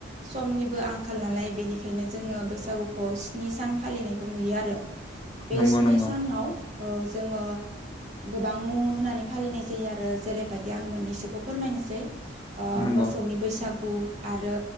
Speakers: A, on the right; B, on the left.
A: समनिबो आंखाल नालाय बेनिखायनो जोङो बैसागुखौ स्नि सान फालिनायखौ नुयो आरो बे
B: नंगौ
A: स्नि
B: नंगौ
A: सानाव ओ जोङो गोबां मुं होनानै फालिनाय जायो आरो जेरैबायदि आं मोननैसोखौ फोरमायनोसै ओ
B: नंगौ
A: मोस बैसागु आरो